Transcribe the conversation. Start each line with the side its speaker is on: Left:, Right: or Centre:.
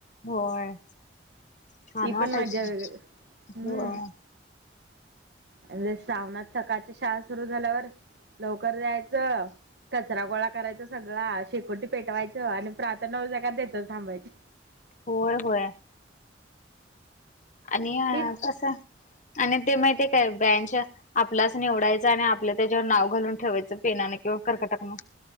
Left: होय. छान
Right: ती
Left: वाटायचं
Right: पण मज्जा वेगळ हम्म
Left: होय
Right: आणि ते श्रावणात सकाळची शाळा सुरु झाल्यावर लवकर जायचं. कचरा गोळा करायचा सगळा शेकोटी पेटवायचं आणि प्रार्थना हो <unintelligible> तिथंच थांबायची.
Left: होय होय. आणि
Right: ती
Left: असा आणि ते माहिती ये काय बँच आपलाच निवडायच आणि आपलं त्याच्यावर नाव घालून ठेवायचं पेनानें किंवा कर्कटकनं.